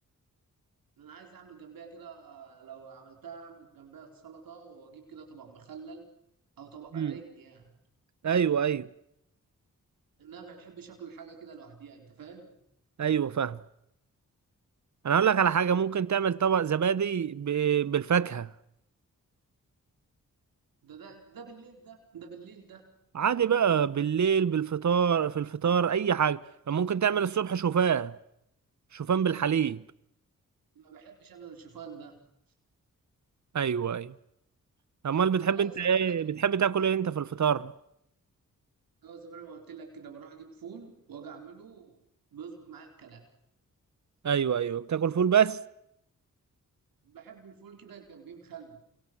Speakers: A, on the right; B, on the right.
A: انا عايز اعمل جنبها كده لو عملتها اعمل جنبها سلطه واجيب كده طبق مخلل او طبق
B: مم.
A: رنج يعني
B: أيوه أيوه
A: ان انا بحب شكل الحاجه كده لوحديها انت فاهم
B: أيوه فاهم أنا هقول لك على حاجة ممكن تعمل طبق زبادي ب... بالفاكهة
A: ده ده ده بالليل ده ده بالليل ده
B: عادي بقى بالليل بالفطار في الفطار أي حاجة ممكن تعمل الصبح شوفان شوفان بالحليب
A: ما بحبش انا الشوفان ده
B: ايوه ايوه امال بتحب
A: خلاص
B: انت ايه
A: اقول لك
B: بتحب تاكل ايه انت في الفطار
A: هو زي ما انا ما قلت لك كده بروح اجيب فول واجي اعمله بيظبط معايا الكلام
B: ايوه ايوه بتاكل فول بس
A: بحب الفول كده جنبيه مخلل